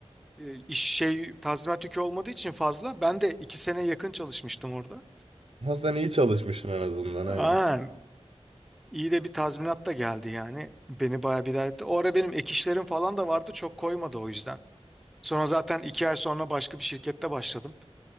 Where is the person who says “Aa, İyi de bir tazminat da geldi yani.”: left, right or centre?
Centre